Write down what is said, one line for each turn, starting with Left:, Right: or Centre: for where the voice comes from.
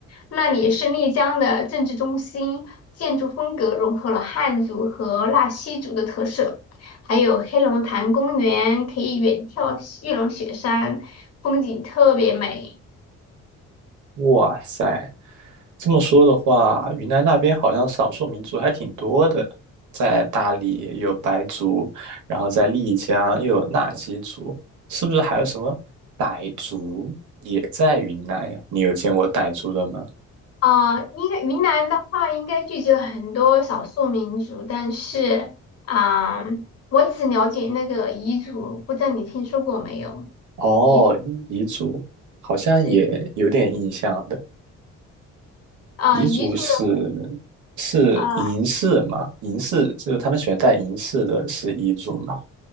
Left: 那里是丽江的政治中心，建筑风格融合了汉族和纳西族的特色。还有黑龙潭公园，可以远眺玉龙雪山，风景特别美。
Right: 哇塞，这么说的话，云南那边好像少数民族还挺多的。在大理有白族，然后在丽江又有纳西族，是不是还有什么傣族也在云南呀？你有见过傣族的吗？
Left: 啊、应该云南的话，应该聚集了很多少数民族，但是，啊、我只了解那个彝族，不知道你听说过没有？
Right: 哦，
Left: 彝族，
Right: 彝族好像也有点印象的。
Left: 对，啊、
Right: 彝族是
Left: 彝族的，
Right: 是银饰嘛？
Left: 呃
Right: 银饰就是他们喜欢戴银饰的，是彝族嘛？